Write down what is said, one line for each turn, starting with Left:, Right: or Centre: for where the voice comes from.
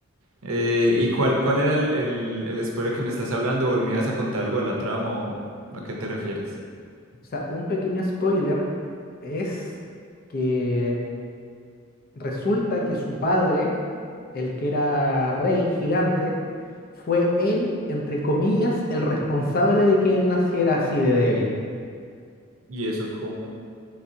Right: Eh, ¿y cuál, cuál era el, el, el spoiler que me estás hablando? ¿O me ibas a contar algo de la trama o a qué te refieres?
Left: O sea, un pequeño spoiler es que Resulta que su padre, el que era rey gigante, fue él, entre comillas, el responsable de que él naciera así de débil.
Right: ¿Y eso cómo?